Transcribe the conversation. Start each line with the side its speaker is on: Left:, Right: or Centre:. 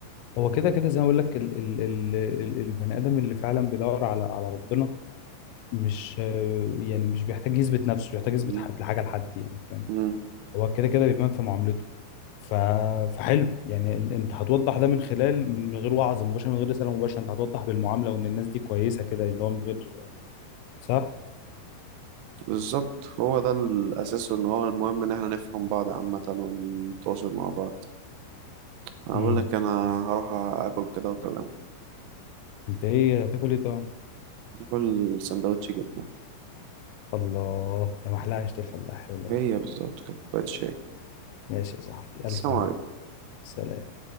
Left: هو كده كده زي ما أقول لك ال ال ال ال- البني آدم اللي فعلا بيدور على على ربنا مش آه، يعني مش بيحتاج يثبت نفسه مش بيحتاج يثبت
Right: مم.
Left: حد حاجة لحد يعني فاهم
Right: مم.
Left: هو كده كده بيبان في معاملته ف... فحلو يعني إن- انت هتوضح ده من خلال من غير وعظ مباشر من غير رسالة مباشرة انت هتوضح بالمعاملة وان الناس دي كويسة كده اللي هو من غير صح؟
Right: بالظبط هو ده الأساس وإن هو المهم إن إحنا نفهم بعض عامة ونتواصل مع بعض أنا
Left: امم
Right: بقول لك أنا هروح آكل كده وأكلمك
Left: انت ايه هتاكل ايه طبعا
Right: آكل سندوتش جبنة
Left: الله يا محلها عيش الفلاح ولا
Right: هي بالظبط كده كوباية شاي
Left: ماشي يا صاحبي الف
Right: السلام
Left: هنا
Right: عليكم
Left: سلام